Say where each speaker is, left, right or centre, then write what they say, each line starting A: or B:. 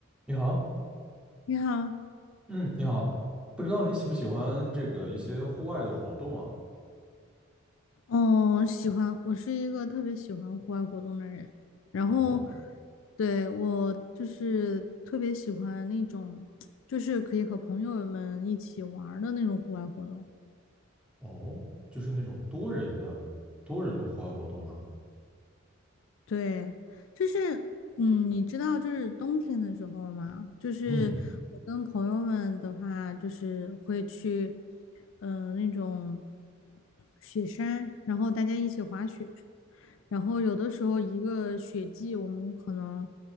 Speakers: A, in the centre; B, on the left.
A: 你好，
B: 你好，
A: 嗯，你好，不知道你喜不喜欢这个一些户外的活动啊？
B: 嗯，喜欢，我是一个特别喜欢户外活动的人，然后，
A: 哦
B: 对，我就是特别喜欢那种，就是可以和朋友们一起玩儿的那种户外活动。
A: 哦，就是那种多人的多人的户外活动吗？
B: 对，就是，嗯，你知道，就是冬天的时候嘛，就是我跟朋友们的话，
A: 嗯，
B: 就是会去，嗯、那种雪山，然后大家一起滑雪。然后有的时候一个雪季，我们可能